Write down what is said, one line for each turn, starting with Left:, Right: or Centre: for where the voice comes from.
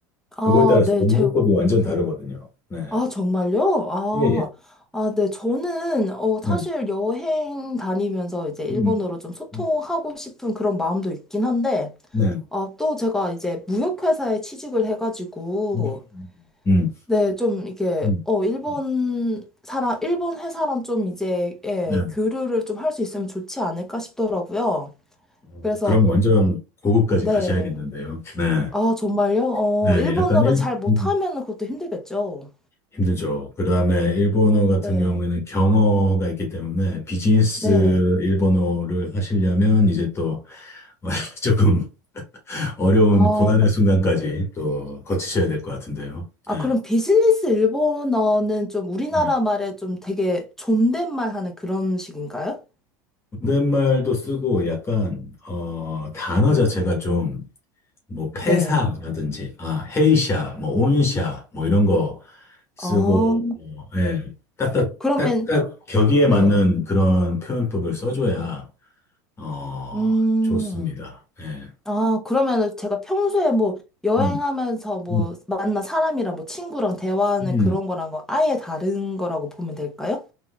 Centre: 아,
Left: 그거에 따라서
Centre: 네,
Left: 공부법이
Centre: 제,
Left: 완전 다르거든요. 네.
Centre: 아, 정말요? 아,
Left: 예, 예.
Centre: 아, 네, 저는, 어,
Left: 네.
Centre: 사실 여행 다니면서 이제 일본어로
Left: 음. 음,
Centre: 좀 소통하고
Left: 음.
Centre: 싶은 그런 마음도 있긴 한데,
Left: 네.
Centre: 아, 또 제가 이제 무역회사에 취직을 해가지고,
Left: 음. 음. 음.
Centre: 네, 좀 이게
Left: 음,
Centre: 어 일본
Left: 음.
Centre: 사람 일본 회사랑 좀 이제 예,
Left: 네.
Centre: 교류를 좀 할 수 있으면 좋지 않을까 싶더라고요.
Left: 어,
Centre: 그래서
Left: 그럼 완전 고급까지
Centre: 네.
Left: 가셔야겠는데요. 네.
Centre: 아, 정말요? 어,
Left: 네,
Centre: 일본어를
Left: 약간 일,
Centre: 잘 못하면
Left: 음,
Centre: 그것도 힘들겠죠.
Left: 힘들죠. 그 다음에 일본어 같은
Centre: 네.
Left: 경우에는 경어가 있기 때문에 비즈니스
Centre: 네.
Left: 일본어를 하시려면 이제 또 <laughs> 조금 어려운
Centre: 어,
Left: 고난의 순간까지 또 거치셔야 될 것 같은데요.
Centre: 아,
Left: 네.
Centre: 그럼 비즈니스 일본어는 좀 우리나라
Left: 네.
Centre: 말에 좀 되게 존댓말 하는 그런 식인가요?
Left: 존댓말도 쓰고 약간 어, 단어 자체가 좀 뭐 폐사라든지
Centre: 네.
Left: 아 헤이샤 뭐 온샤 뭐 이런 거 쓰고,
Centre: 아,
Left: 뭐, 예, 딱딱,
Centre: 그러면,
Left: 딱딱 격의에
Centre: 네.
Left: 맞는 그런 표현법을 써줘야, 어,
Centre: 음.
Left: 좋습니다. 예.
Centre: 아, 그러면은 제가 평소에 뭐 여행하면서
Left: 음,
Centre: 뭐
Left: 음,
Centre: 만난 사람이랑 뭐 친구랑 대화하는
Left: 음.
Centre: 그런 거랑 은 아예 다른 거라고 보면 될까요?